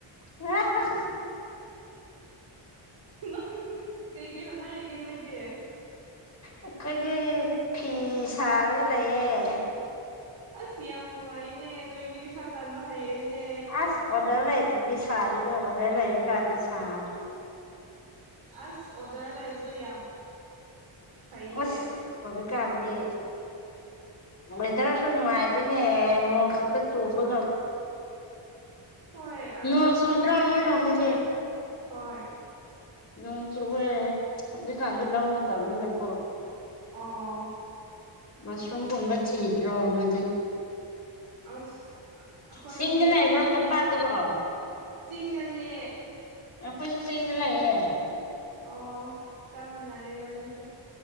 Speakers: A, on the left (about 35°); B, on the right (about 85°).
A: ꯍ
B: ꯅꯣꯛ ꯅꯤꯡꯉꯑꯦ ꯀꯩ ꯀꯩ ꯍꯣꯅꯔꯒꯦ ꯅꯣꯏꯗꯦ
A: ꯑꯩꯈꯣꯏꯒꯤ ꯐꯤ ꯁꯥꯔꯒ ꯂꯩꯌꯦꯦ
B: ꯑꯁ ꯌꯥꯝ ꯅꯨꯡꯉꯥꯏꯅꯦ ꯅꯣꯏꯗꯤ ꯄꯩꯁꯥ ꯇꯟꯕ ꯍꯩꯔꯦꯅꯦ
A: ꯑꯁ ꯑꯣꯗꯔ ꯂꯩꯇ꯭ꯔꯗꯤ ꯁꯥꯗꯦꯗ ꯑꯣꯗꯔ ꯂꯩꯕ ꯀꯥꯟꯗ ꯁꯥꯕꯅꯦ
B: ꯑꯁ ꯑꯣꯗꯔ ꯂꯩꯕꯗꯣ ꯌꯥꯝ ꯐꯩꯅꯦ
A: ꯑꯁ ꯍꯧ ꯀꯥꯥꯟꯅꯤ ꯃꯣꯏꯗ꯭ꯔꯁꯨ ꯅꯨꯡꯉꯥꯏꯇꯦꯅꯦ ꯅꯣꯡ ꯈꯛꯇ ꯆꯨꯕ ꯉ
B: ꯍꯣꯏ ꯑꯗꯣ
A: ꯅꯣꯡ ꯆꯨꯗ꯭ꯔꯣ
B: ꯉꯔꯥꯡꯗꯤ
A: ꯅꯣꯏ
B: ꯌꯥꯝ
A: ꯂꯣꯝꯗꯗꯤ
B: ꯁꯥꯏꯗ ꯍꯣꯏ
A: ꯅꯣꯡ ꯆꯨꯨꯔꯦ ꯍꯧꯖꯤꯛꯀꯥꯟꯗꯤ ꯂ ꯃꯇꯝꯅꯤꯅꯤꯅꯀꯣ
B: ꯑꯣ
A: ꯃꯁꯔꯨꯝꯝ ꯀꯝꯕ ꯆꯗ꯭ꯔꯣ ꯅꯣꯏꯦ
B: ꯑꯁ ꯍꯣꯏꯅꯦ
A: ꯆꯤꯡꯗ ꯂꯩꯕ꯭ꯔꯣ
B: ꯑꯩꯗꯤ ꯊꯤ
A: ꯇꯝꯄꯥꯛꯇꯔꯣ
B: ꯆꯤꯡꯗꯅꯦ
A: ꯑꯩꯈꯣꯏꯁꯨ ꯆꯦꯡꯁ ꯂꯥꯛꯑꯦ
B: ꯑꯣ ꯆꯞ ꯃꯅꯔꯦꯕꯅꯤꯁꯦ